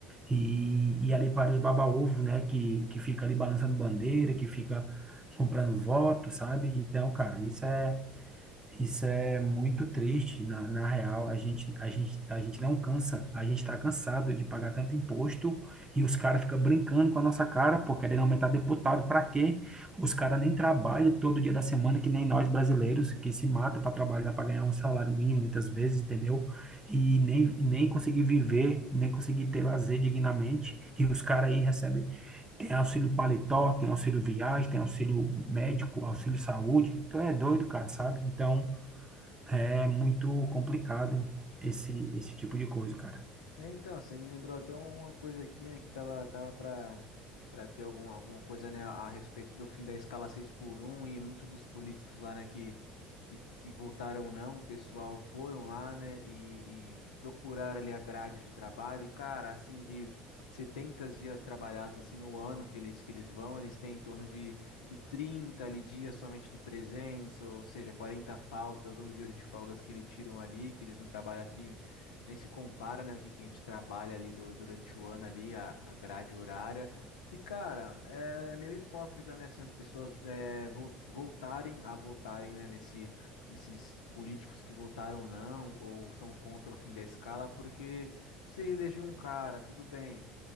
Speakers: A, on the right; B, on the left.
A: e, e ali para os baba-ovo, né? Que, que fica ali balançando bandeira, que fica comprando voto, sabe? Então, cara, isso é isso é muito triste, na, na real, a gente, a gente, a gente não cansa, a gente está cansado de pagar tanto imposto e os caras ficam brincando com a nossa cara, pô, querendo aumentar deputado, para quê? Os caras nem trabalham todo dia da semana, que nem nós brasileiros, que se mata para trabalhar, para ganhar um salário mínimo muitas vezes, entendeu? E nem, e nem conseguir viver, nem conseguir ter lazer dignamente, e os caras aí recebem, tem auxílio paletó, tem auxílio viagem, tem auxílio médico, auxílio saúde, tu é doido, cara, sabe? Então, é muito complicado esse, esse tipo de coisa, cara.
B: É, então, você me lembrou até uma coisa aqui, né, que tava, tava para para ter alguma, alguma coisa, né, a respeito do fim da escala 6 por um e muitos dos políticos lá, né, que, que, que votaram não, o pessoal foram lá, né, e, e procuraram ali a grade de trabalho e, cara, assim, de 70 dias trabalhados, assim, no ano que eles, que eles vão, eles têm em torno de, de 30 ali dias somente de presença, ou seja, 40 faltas ou dias de folgas que eles tiram ali, que eles não trabalham, assim, nem se compara, né, o que, que a gente trabalha ali do- durante o ano ali, a, a grade horária. E, cara, é, é meio hipócrita, né, assim, as pessoas é, vol- voltarem a votarem, né, nesse, nesses políticos que votaram não ou são contra o fim da escala, porque você elegeu um cara, tudo bem.